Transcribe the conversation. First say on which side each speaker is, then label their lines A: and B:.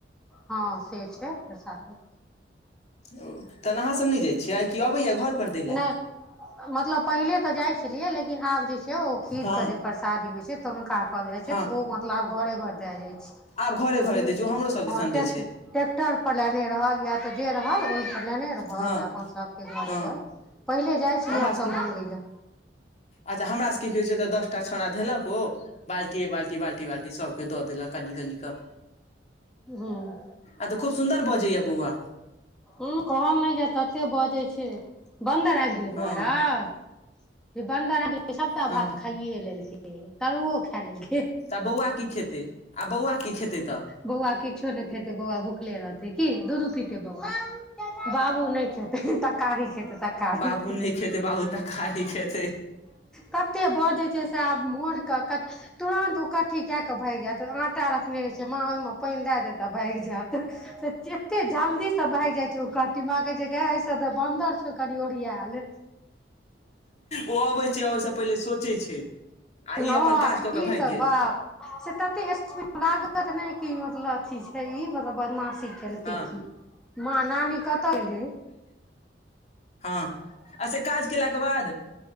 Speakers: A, in the centre; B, on the left.
A: ह से छै प्रसादि।
B: ओ तहन अहाँसभ नै जाइ छियैय, कि अबैये घर पर दै ले।
A: नहि मतलब पहिले तऽ जै छेलियै, लेकिन आब जे छै ओ खीर
B: हँ
A: क जे परसादी होइ छै। तनुका कहल जाय छै,
B: हँ
A: ओ मतलब घरे घर देल जाय छै।
B: आब घरे घरे
A: ओतीन
B: दै छै ओ हमरो सब
A: ह
B: दिसन
A: टेक
B: दै छै
A: <unintelligible> ट्रैेक्टर पर लेने रहल या तऽ जे रहल ओहि पर लेने रहल,
B: हँ
A: अपन सभके घरे
B: हँ
A: घर पहिले जाइ छलियै
B: हमरा
A: हमसभ
B: सभके
A: मंगई ले।
B: अच्छा हमरा सबके की होइ छै तऽ दस टा छौड़ा धेलक ओ, बाल्टीए बाल्टी- बाल्टी - बाल्टी सभ। द देलक कनी - कनी क,
A: हूँ
B: आब तऽ खूब सुन्दर बजै ये बौआ।
A: उ कहल नै जे तते बजै छै, बन्दर ऐब गेलै बौवा
B: हँ
A: रौ। जे बन्दर आ गेलै सभटा
B: हँ
A: भात खाइए लेलकै तरुओ खै लेलकै।
B: तऽ बौआ की खेतै, आब बौआ की खेतै तऽ।
A: बौआ किछो नै खेतै बौआ भुखले रहतै की दूधू पीतै बौआ। बाबू नै खेतै तकारी खेतै तकारी।
B: बाबू नहि खेतै बाबू तऽ खाही खेतै
A: कते बजे छै से आब मोन क तुरंत‌ उकट्ठी कै के भैग जैत आटा रखने रहे छी। माँ ओय मे पैन दै‌ देत आ भैग जेत एते जल्दी सब भैग जाय छै ओ कहटे मागै ऐय सब बन्दर छौ कनि ओढ़ियेल।
B: ओ अबै छै अबै स पहिले सोचैय छै, आ इ
A: हँ
B: अपन काज कऽ
A: ई
B: क भेग
A: तऽ
B: गेल।
A: बाप से तते स्पीड लागत नै की मतलब अथी छै इ मतलब बदमाशी। केलके
B: हँ
A: की मां नानी कतऽ गेलै।
B: ह आ से काज केला के बाद।